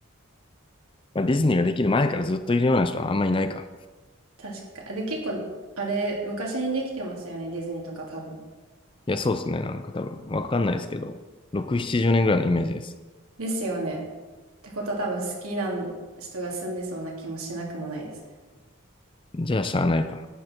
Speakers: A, on the left; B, on the right.
A: まあ、ディズニーができる前からずっといるような人はあんまりいないか。
B: 確か。で、結構、あれ、昔にできてますよね。ディズニーとか多分。
A: いや、そうですね。なんか多分、わかんないですけど、6、70年ぐらいのイメージです。
B: ですよね。ってことは多分好きな人が住んでそうな気もしなくもないですね。
A: じゃあ、しゃあないか。